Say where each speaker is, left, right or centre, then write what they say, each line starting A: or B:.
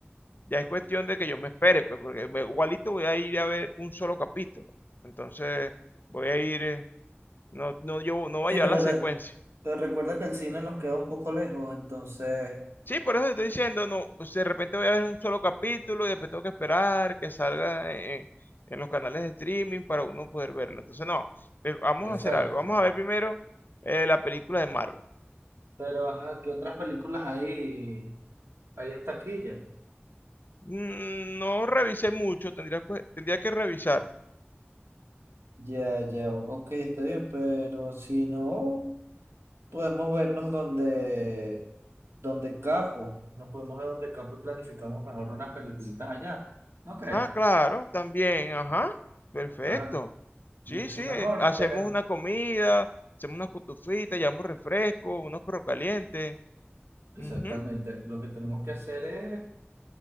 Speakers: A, on the left; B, on the right.
A: Ya es cuestión de que yo me espere, pues, porque me- igualito voy a ir a ver un solo capítulo. Entonces voy a ir, eh, no, no, yo no voy
B: Sí,
A: a llevar
B: pero,
A: la secuencia.
B: re- pero recuerda que el cine nos queda un poco lejos, entonces,
A: Sí, por eso te estoy diciendo, no, pues de repente voy a ver un solo capítulo y después tengo que esperar que salga en, en los canales de streaming para uno poder verlo. Entonces, no, eh, vamos
B: Exacto.
A: a hacer algo. Vamos a ver primero eh, la película de Marvel.
B: Pero, ajá, ¿qué otras películas hay, hay en taquilla?
A: Mm, No revisé mucho, tendría, que- tendría que revisar.
B: ya, ya, ok, está bien, pero si no, podemos vernos donde, donde capo. Nos podemos ver donde campo y planificamos mejor unas peliculitas allá. ¿No crees?
A: Ah, claro, también, ajá, perfecto.
B: Claro,
A: Sí,
B: mucho
A: sí,
B: mejor
A: eh, hacemos
B: tener.
A: una comida, hacemos unas cutufitas, llevamos refresco, unos perros calientes.
B: Exactamente.
A: Ujú.
B: Lo que tenemos que hacer es